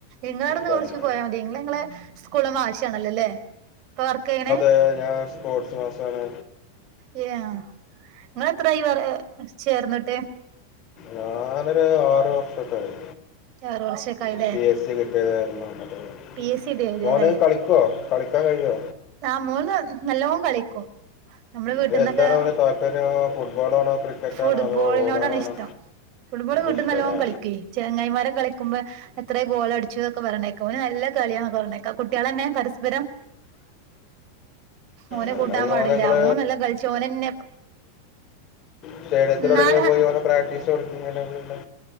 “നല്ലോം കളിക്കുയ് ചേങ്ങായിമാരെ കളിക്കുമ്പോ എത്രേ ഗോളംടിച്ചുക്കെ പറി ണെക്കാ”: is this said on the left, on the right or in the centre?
Right